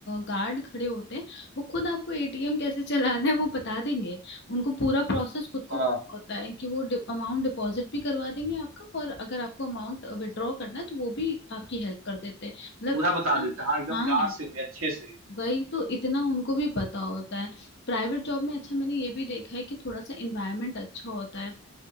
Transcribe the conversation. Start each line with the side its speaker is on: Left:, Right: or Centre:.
Left: गार्ड खड़े होते हैं वो खुद आपको एटीएम कैसे चलाना है वो बता देंगे उनको पूरा प्रोसेस खुद को
Right: हाँ
Left: पता होता है कि वो अमाउंट डिपॉजिट भी करवा देंगे आपका और अगर आपको अमाउंट विड्रॉ करना है तो वो भी आपकी हेल्प कर देते हैं मतलब
Right: पूरा
Left: इतना
Right: बता देते हैं हाँ एकदम
Left: हाँ
Right: प्यार से होके अच्छे से
Left: वही तो इतना उनको भी पता होता है प्राइवेट जॉब में अच्छा मैंने ये भी देखा है कि थोड़ा सा इन्वायरमेंट अच्छा होता है